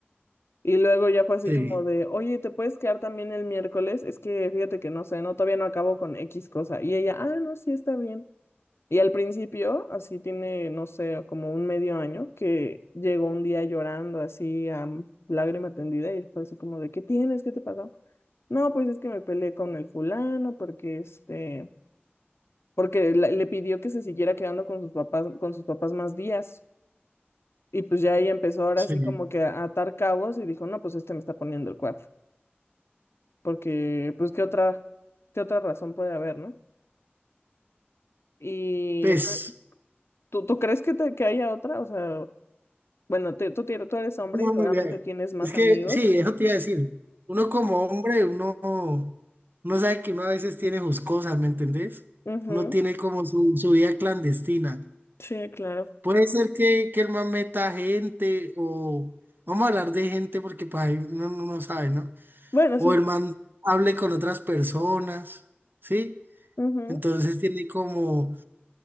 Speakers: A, on the left; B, on the right.
A: Y luego ya fue así
B: Sí,
A: como de, oye, ¿te puedes quedar también el miércoles? Es que fíjate que no sé, no, todavía no acabo con X cosa. Y ella, ah, no, sí, está bien. Y al principio, así tiene, no sé, como un medio año, que llegó un día llorando así a lágrima tendida y fue así como de, ¿qué tienes? ¿Qué te pasó? No, pues es que me peleé con el fulano porque este, porque la- le pidió que se siguiera quedando con sus papás, con sus papás más días. Y pues ya ella empezó ahora
B: sí.
A: así como que a atar cabos y dijo, no, pues este me está poniendo el cuerno. porque pues qué otra, qué otra razón puede haber, ¿no? Y
B: Pues,
A: re- ¿tú, tú crees que, te- que haya otra? O sea, bueno, te- tú, tienes- tú eres hombre
B: no,
A: y seguramente
B: no, ya-
A: tienes más
B: es que
A: amigos.
B: sí, eso te iba a decir. Uno como hombre, uno, uno sabe que uno a veces tiene sus cosas, ¿me entendés?
A: Ujú,
B: Uno tiene como su, su vida clandestina.
A: Sí, claro.
B: Puede ser que, que el man meta gente o vamos a hablar de gente porque pues ahí uno no no sabe, ¿no?
A: Bueno,
B: O
A: sí.
B: el man hable con otras personas, ¿sí?
A: ujú,
B: Entonces tiene como,